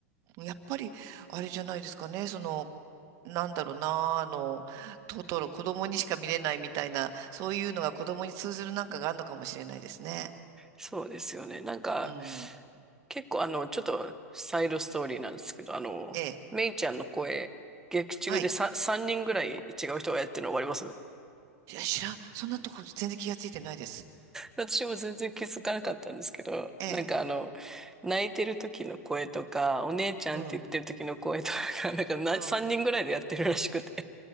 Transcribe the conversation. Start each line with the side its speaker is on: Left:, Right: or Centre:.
Right: やっぱり、あれじゃないですかね。その、なんだろうな、あの、トトロ、子供にしか見れないみたいな、そういうのが子供に通ずるなんかがあるのかもしれないですね。
Centre: そうですよね。なんか
Right: うん。
Centre: 結構あの、ちょっとサイドストーリーなんですけど、あの、
Right: ええ。
Centre: メイちゃんの声、劇中で
Right: はい。
Centre: 3, 三人ぐらい違う人がやってるの分かります
Right: いや、知らん。そんなとこ全然気がついてないです。
Centre: 私も全然気づかなかったんですけど、
Right: ええ。
Centre: なんかあの、泣いてる時の声とか、お姉ちゃんって言ってる時の声とかが、
Right: うん。
Centre: なんかな3人ぐらいでやってるらしくて。
Right: うん。